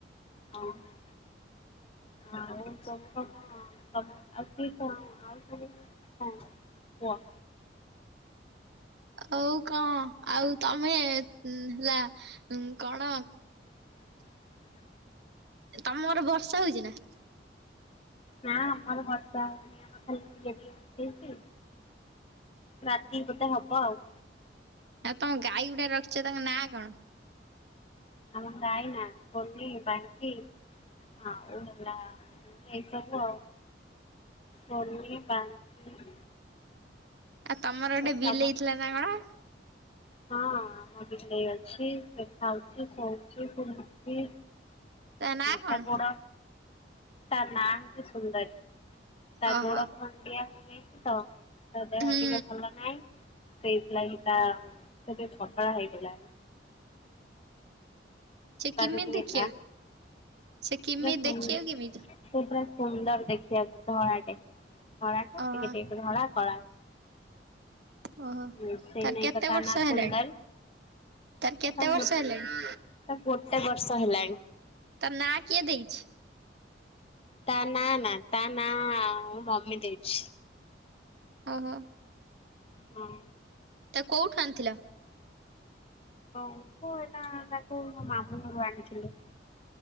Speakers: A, on the left; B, on the right.
A: ହଁ ହଁ। ହଁ, ଆଉ ସବୁ କଣ ତମ ଆଉ କି କଣ ଆଉ ସବୁ ହଁ କୁଅ।
B: ଆଉ କଣ ଆଉ ତମେ ହେଲା କଣ
A: <inaudible>
B: ତମର ବର୍ଷା ହଉଛି ନା?
A: ନା ଆମର ବର୍ଷା ହଉନି। ଆମର ଖାଲି ଟିକେ ଟିକେ ଉଠେଇଚି। ରାତି କି ବୋଧେ ହବ ଆଉ।
B: ଆଉ ତମ ଗାଈ ଗୁଡ଼ା ରଖିଛ ତାଙ୍କ ନାଁ କଣ?
A: ଆମ ଗାଈ ନାଁ ବନି, ବାଙ୍କି। ଆଉ ହେଲା ଏଇ ସବୁ ଆଉ। ବନି, ବାଙ୍କୀ।
B: ଆଉ ତମର ଗୋଟେ
A: ଅଛି
B: ବିଲେଇ
A: ଆମ
B: ଥିଲା ନା କଣ?
A: ହଁ, ଆମର ବିଲେଇ ଅଛି ସେ ଖାଉଛି, ଶୋଉଛି, ବୁଲୁଛି।
B: ନାଁ କଣ?
A: ତା ଗୋଡୋ ତା ନା ହଉଛି ସୁନ୍ଦରୀ। ତା
B: ଓହୋ
A: ଗୋଡ଼ ଟିକେ ଖଣ୍ଡିଆ ହେଇଯାଇଛି ତ ତା ଦେହ
B: ହୁଁ
A: ଟିକେ ଭଲ ନାହିଁ। ସେଇଥିଲାଗି ତା ସେ ଟିକେ ପତଳା ହେଇଗଲାଣି। <unintelligible> ସେ
B: କେମିତି
A: ପୁରା
B: ଦେଖିବାକୁ ସେ କେମିତି
A: ସୁନ୍ଦର
B: ଦେଖିବାକୁ କେମିତି?
A: ଦେଖିବାକୁ ଧଳାଟେ। ଧଳା ଟା
B: ଓହୋ
A: ଟିକେ ଟିକେ ଧଳା କଳା।
B: ଓହୋଃ,
A: ହୁଁ ସେଇ
B: ତାର
A: ନାଇକା
B: କେତେ
A: ତା
B: ବର୍ଷ
A: ନାଁ
B: ହେଲାଣି?
A: ସୁନ୍ଦରୀ।
B: ତାର କେତେ
A: ତାକୁ
B: ବର୍ଷ
A: ଗୋ
B: ହେଲାଣି?
A: ତାକୁ ଗୋଟେ ବର୍ଷ ହେଲାଣି।
B: ତା ନାଁ କିଏ ଦେଇଛି?
A: ତା ନାଁ ନା, ତା ନାଁ ମୋ ମମି ଦେଇଛି।
B: ଓହୋଃ।
A: ହଁ।
B: ତାକୁ କୋଉଠୁ ଆଣି ଥିଲ?
A: କୋଉଠୁ ଏଟା ତାକୁ ମୋ ମୁଁ ଘରୁ ଆଣିଥିଲି।